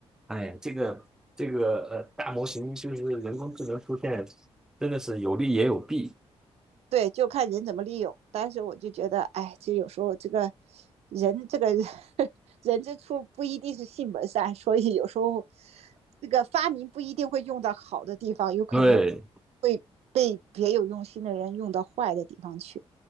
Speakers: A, in the centre; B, on the right (about 75°).
A: 哎呀，这个这个呃大模型就是人工智能出现，真的是有利也有弊。
B: 对，就看人怎么利用。但是我就觉得，哎，这有时候这个人，这个 <laughs> 人之初不一定是性本善，所以有时候这个发明不一定会用到好的地方，有可能
A: 对，
B: 会被别有用心的人用到坏的地方去。